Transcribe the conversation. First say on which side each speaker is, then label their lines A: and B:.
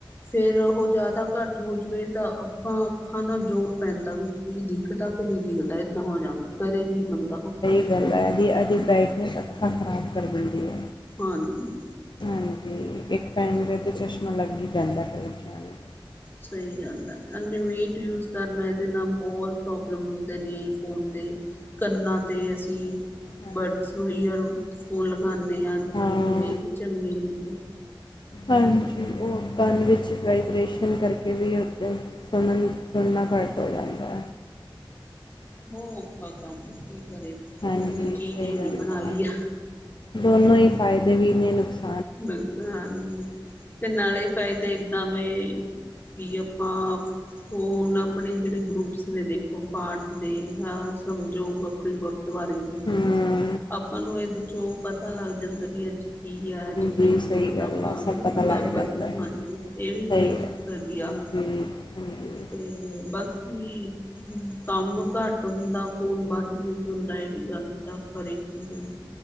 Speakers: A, on the left; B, on the left.
A: ਫੇਰ ਉਹ ਜ਼ਿਆਦਾ ਘੱਟ ਹੋ ਜਾਵੇ ਤਾਂ ਆਪਾਂ ਅੱਖਾਂ ਨਾਲ ਜੋਰ ਪੈਂਦਾ ਵੀ ਕੀ ਦਿਖਦਾ ਕਿ ਨਹੀਂ ਦਿਖਦਾ ਏਦਾਂ ਹੋ ਜਾਂਦਾ, ਕਰੇ ਕੀ ਬੰਦਾ ਹਾਂ?
B: <unintelligible> ਇਹ ਇਹਦੀ ਬਰਾਈਟਨੈਸ ਅੱਖਾਂ ਖ਼ਰਾਬ ਕਰ ਦਿੰਦੀ ਏ।
A: ਹਾਂਜੀ
B: ਹਾਂਜੀ, ਇੱਕ ਟਾਈਮ ਤੇਤੇ ਚਸ਼ਮਾ ਲੱਗ ਹੀ ਜਾਂਦਾ ਫਿਰ ਬੱਚਿਆਂ ਨੂੰ।
A: ਸਹੀ ਗੱਲ ਹੈ ਇੰਨ੍ਹੇ ਵੀਟ ਯੂਜ਼ ਕਰਨਾ ਇਹਦੇ ਨਾਲ ਬਹੁਤ ਪ੍ਰੋਬਲਮ ਹੁੰਦੇ ਨੇ ਫੋਨ ਦੇ ਕੰਨਾਂ ਤੇ ਅਸੀਂ
B: ਹਾਂਜੀ
A: ਬਡਸ ਈਅਰ ਫੋਨ ਲਗਾਨੇ ਆ ਜਾਂ
B: ਹਾਂ
A: ਕਿਵੇਂ ਇਹ ਵੀ ਚੰਗੇ ਨਹੀਂ ਗੇ।
B: ਹਾਂਜੀ ਉਹ ਕੰਨ ਵਿੱਚ ਵਾਈਬ੍ਰੇਸ਼ਨ ਕਰਕੇ ਵੀ ਹੁੰਦਾ। ਸੁਣਨ ਸੁਣਨਾ ਘੱਟ ਹੋ ਜਾਂਦਾ।
A: ਬੋ ਔਖਾ ਕੰਮ, ਕੀ ਕਰੇ। ਸੋਹਣੀ
B: ਹਾਂਜੀ,
A: ਚੀਜ਼
B: ਸਈ
A: ਹੀ
B: ਗੱਲ
A: ਬਣਾਈ
B: ਐ,
A: ਆ
B: ਦੋਨੋ ਈ ਫਾਯਦੇ ਵੀ ਨੇ, ਨੁਕਸ-
A: ਬਿਲਕੁਲ ਹਾਂਜੀ, ਤੇ ਨਾਲੇ ਫਾਇਦੇ ਏਦਾ ਬਈ ਵੀ ਅਪਾਂ ਹੁਣ ਆਪਨੇ ਜਿਹੜੇ ਗਰੁੱਪਸ ਨੇ ਦੇਖੋ ਪਾਠ ਦੇ, ਆ ਸਮਝੋ ਆਪਨੇ ਗੁਰ ਦਵਾਰੇ ਦੀ
B: ਹਾਂ
A: ਹਨਾ, ਆਪਾ ਨੂੰ ਐਦੇ ਚੋ ਪਤਾ ਲੱਗ ਜਾਂਦਾ ਵੀ ਅੱਜ ਕੀ ਐ, ਅੱਜ ਕੀ
B: ਜੀ ਸਈ
A: ਪ੍ਰੋਗਰਾਮ
B: ਗੱਲ
A: ਆ
B: ਐ ਸਭ
A: ਹਨਾ
B: ਪਤਾ ਲੱਗ
A: ਬਾਬਾ
B: ਜਾਂਦਾ,
A: ਜੀ ਹਾਂਜੀ ਇਹ ਵੀ
B: ਸਈ
A: ਚੀਜ਼
B: ਗੱਲ ਐ,
A: ਵਧੀਆ
B: ਹਾਂਜੀ। ਹਾਂਜੀ
A: ਤੇ ਬਾਕੀ ਕੰਮ ਘੱਟ ਹੁੰਦਾ, ਫ਼ੋਨ ਵੱਧ ਈ ਹੁੰਦਾ ਏਵੀ ਗਲਤ ਆ, ਕਰੇ ਕੀ ਹੁਣ